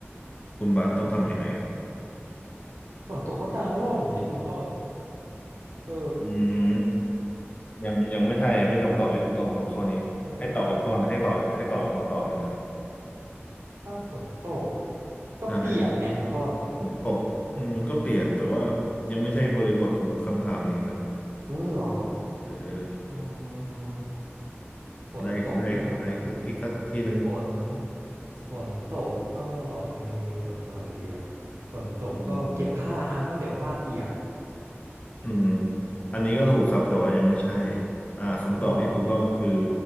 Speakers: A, on the left (about 30°); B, on the right (about 80°).
A: คุณบาสต้องทำยังไงครับ
B: ฝนตกก็กางร่มดิคุณต้นเออ
A: อืมยังยังไม่ใช่ไม่ใช่คำตอบที่ถูกต้องสำหรับข้อนี้ให้ตอบไปข้อนะให้ตอบให้ตอบคำตอบหนึ่งครับ
B: เออใช่เหรอถ้าฝนตกก็เปียกไงคุณต้น
A: ใช่ฝนตกอืมมันก็เปียกแต่ว่ายังไม่ใช่บริบทของคำถามนี้ครับ
B: อุ้ยเหรอ
A: เออ
B: อืมฝนตกก็ทำอะไร
A: ได้ได้อีกอีกสักอีกสักทีหนึ่ง
B: ฝนฝนตกก็เอะฝนตกอะไรเดียฝนตกก็เก็บผ้าอ่ะเพราะเดี๋ยวผ้าเปียก
A: อืมอืมอันนี้ก็ถูกครับแต่ว่ายังไม่ใช่อ่าคำตอบที่ถูกต้องคือ
B: <laughs> อ๋อเหรอ